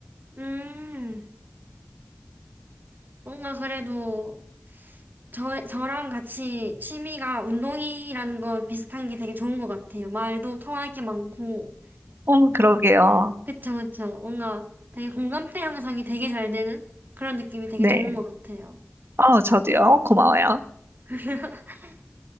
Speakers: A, on the right (about 50°); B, on the right (about 65°).
A: 음, 뭔가 그래도 저, 저랑 같이 취미가 운동이라는 거 비슷한 게 되게 좋은 것 같아요. 말도 통할 게 많고.
B: 어, 그러게요.
A: 그쵸, 그쵸. 뭔가 되게 공감대 형성이 되게 잘 되는 그런 느낌이 되게
B: 네.
A: 좋은 것 같아요.
B: 어, 저도요. 고마워요.
A: <laughs>